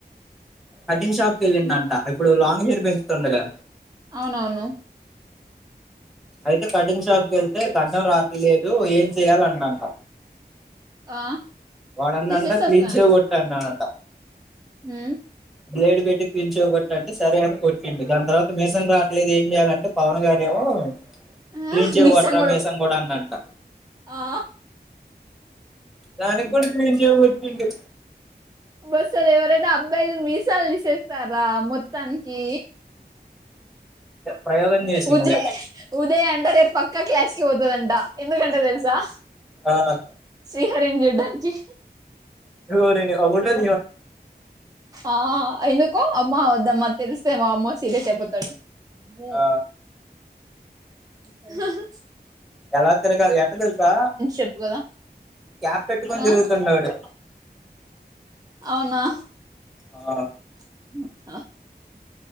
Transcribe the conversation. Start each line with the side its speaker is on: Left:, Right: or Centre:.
Centre: కటిన్ షాప్ క వెళ్ళిందంట ఇప్పుడు లాంగ్ హయిర్ బేస్తుండగా
Right: అవునవును
Centre: అయితే కటింగ్ షాప్ క వెళ్తే గడ్డంం రాట్లేదు ఏం చెయాలన్నా అంట
Right: ఆ
Centre: వాడన్న
Right: తీసేసి
Centre: అంట క్లీన్
Right: వస్తా
Centre: చేయ కొట్టడి అనంట
Right: హ
Centre: బ్లేడ్ పెట్టి పించు కొట్టంటే సరే అని కొట్టిండి దాని తర్వాత మిసన్ రావట్లేదు ఏం చేయాలంటే పవన్ గడ ఏమో క్లీన్
Right: ఆ
Centre: చేయకట్టరా
Right: మీసం
Centre: మసం కూడా అన్నంట
Right: ఆ
Centre: దానికి కూడా క్లీన్ టింది
Right: బస్ అది ఎవరైనా అబ్బాయిలు మీసాలు తీసేస్తారా మొత్తానికి
Centre: ప్రయోగం చేసిండులే
Right: ఉదయ్ ఉదయ అంట రేపు పక్కా క్లాస్ కి పోతుదంట ఎందుకంటే తెలుసా
Centre: ఆ
Right: శ్రీహరిన్ గడానికినికి
Centre: <unintelligible>
Right: ఆ ఐను కు అమ్మా ఓద్దమ్మా తెలిస్తే వామ్మో సీరియస్ అయిపోతాడు హు
Centre: ఆ
Right: <unintelligible>
Centre: ఎలా తిరగా ఎట్ట తెలుసా
Right: చెప్పు కదా
Centre: క్యాప్ పెట్టుకొని
Right: ఆ
Centre: తిరుగుతుండువాడు
Right: అవునా
Centre: ఆ
Right: <unintelligible>